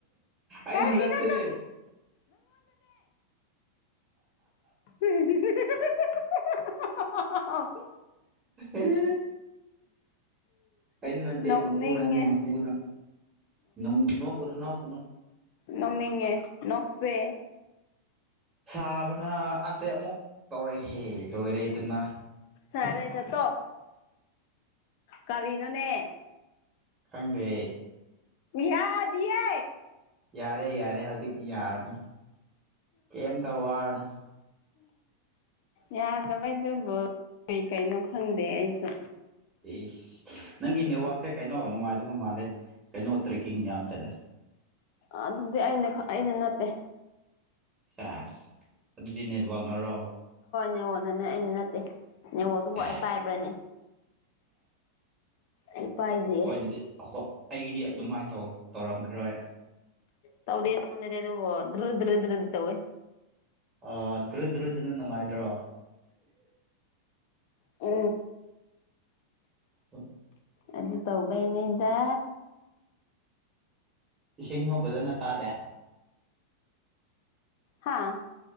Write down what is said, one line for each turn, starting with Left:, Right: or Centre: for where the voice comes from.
Right: ꯑꯩꯅ
Left: ꯀꯔꯤꯅꯣ
Right: ꯅꯠꯇꯦ
Left: ꯅꯪ ꯍ
Right: ꯎꯝ ꯏꯟꯅ ꯇꯃ
Left: ꯅꯣꯛꯅꯤꯡꯉꯦ
Right: ꯄ ꯄꯨꯅ ꯅꯃ ꯄ ꯄꯨꯅ ꯅ ꯅꯣꯀꯅꯣ ꯅꯣꯀꯅꯨ
Left: ꯅꯅꯤꯡꯉ ꯅꯣꯛꯁꯦ
Right: ꯁꯥꯕꯅ ꯑꯁꯦ ꯑꯃꯨꯛ ꯇꯧꯔꯛꯍꯦ ꯂꯣꯏꯔꯦ ꯑꯗꯨꯅ
Left: ꯁꯔꯦ ꯆꯠꯇ ꯀꯔꯤꯅꯣꯅꯦ
Right: ꯈꯪꯗꯦ
Left: ꯄꯍꯗꯤꯌꯦ
Right: ꯌꯥꯔꯦ ꯌꯥꯔꯦ ꯍꯧꯖꯤꯛꯇꯤ ꯌꯥꯔꯅꯤ ꯀꯩꯝꯇ ꯋꯥꯔꯅꯤ
Left: ꯌꯥꯗꯕꯩꯗꯨꯕꯨ ꯀꯔꯤ ꯀꯩꯅꯣ ꯈꯪꯗꯦ ꯑꯩꯁꯨ
Right: ꯑꯦ ꯅꯪꯒꯤ ꯅꯦꯠꯋꯥꯛꯁꯦ ꯀꯩꯅꯣ ꯅꯨꯡꯉꯥꯏꯗꯕ ꯃꯥꯜꯂꯦ ꯀꯩꯅꯣ ꯑꯣꯇ ꯀ ꯌꯥꯝ ꯆꯂꯦ
Left: ꯑꯗꯨꯗꯤ ꯑꯩꯅ ꯑꯩꯅ ꯅꯠꯇꯦ
Right: ꯆꯁ ꯑꯗꯨꯗꯤ ꯅꯦꯠꯋꯥꯛꯅꯔꯣ
Left: ꯅꯦꯋꯣꯅꯅꯦ ꯑꯩꯩꯅ ꯅꯠꯇꯦ ꯅꯦꯋꯣꯗꯨꯕꯨ
Right: ꯁꯦꯁ
Left: ꯑꯩ ꯄꯥꯏꯕ꯭ꯔꯅꯦ ꯑꯩ ꯄꯥꯏꯗꯦ
Right: ꯍꯣꯏ ꯑꯗꯨꯗꯤꯏ ꯑꯩꯒꯤꯗꯤ ꯑꯗꯨꯃꯥꯏꯅ ꯇꯧꯔꯝꯈꯤꯔꯣꯏ
Left: ꯇꯥꯎꯗꯦꯅ ꯃꯟꯗ ꯑꯗꯨꯣ ꯗ ꯏ ꯇꯋꯦ
Right: ꯑ ꯗ꯭ꯔꯨ ꯗ꯭ꯔꯨꯗꯨꯅ ꯅꯨꯡꯉꯥꯏꯗ꯭ꯔꯣ
Left: ꯑ
Right: ꯑ
Left: ꯑꯗꯨ ꯇꯧꯕꯩꯅꯦꯗꯥ
Right: ꯏꯁꯤꯡꯅꯣ ꯐꯖꯅ ꯇꯥꯗꯦ
Left: ꯍꯥꯥ